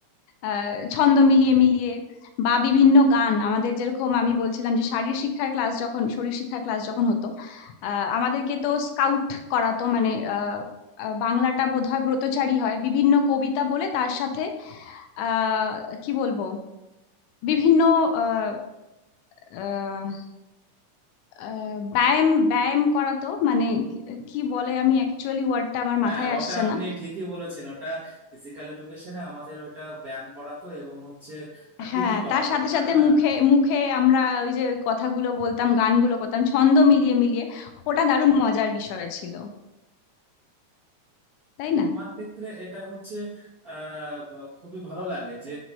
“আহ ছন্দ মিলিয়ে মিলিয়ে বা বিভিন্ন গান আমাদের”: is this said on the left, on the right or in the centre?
Left